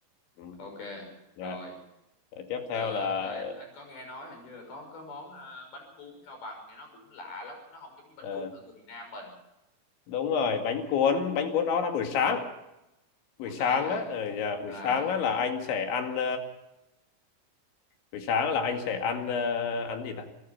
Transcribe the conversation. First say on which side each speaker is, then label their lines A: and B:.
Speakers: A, on the left (about 85°); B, on the left (about 55°).
A: ừ.
B: ok
A: dạ
B: rồi
A: Rồi tiếp
B: ờ
A: theo là
B: lại anh anh có nghe nói hình như là có có món à, bánh cuốn Cao Bằng nghe nó cũng lạ lắm nó không giống như bánh
A: ờ,
B: cuốn ở người miền Nam mình
A: đúng rồi bánh cuốn bánh cuốn đó là buổi sáng
B: buổi
A: buổi sáng
B: sáng hả
A: á ờ, dạ,
B: à
A: buổi sáng á là anh sẽ ăn buổi sáng là anh sẽ ăn ờ, ăn gì ta